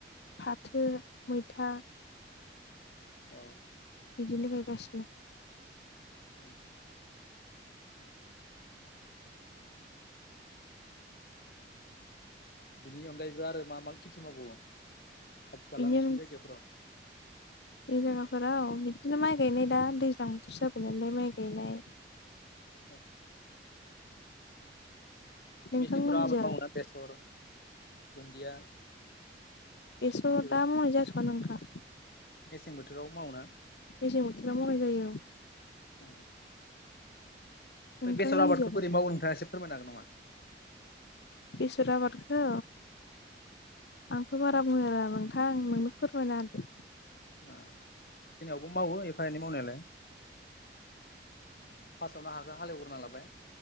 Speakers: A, on the left; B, on the left.
A: फाथो मैथा।
B: औ
A: बिदिनो गायगासिनो
B: उम। बिनि अनगायैबो आरो मा मा खेथि मावबावो खाथि खाला
A: बेनि
B: नोंसिनि
A: अनगा
B: जायगाफोराव?
A: बे जायगाफोराव बिदिनो माइ गायनाय दा दैज्लां बोथोर जाबाय नालाय माइ गायनाय
B: औ।
A: नोंथांमोननिजालाय
B: मेसेंफोराव आबाद मावोोना बेसर दुन्दिया
A: बेस'
B: बेबायदि
A: दा मोनजाथ'आ नोंथां।
B: मेसें बोथोराव मावोना?
A: मेसें बोथोराव मावनाय जायो
B: ओम
A: नोंथांमोननिजालाय
B: बे बेसर आबादखौ बोरै मावगनिफ्राय्रा एसे फोरमनो हागोन नामा?
A: बेसर आबादखौ आंथ' बारा बुंनो रोङा नोंथां नोंनो फोरमायनाहोदो
B: जोंनियावबो मावो एफा एनै मावनायालाय। फार्स्टआवनो हाखौ हालेग्रोना लाबाय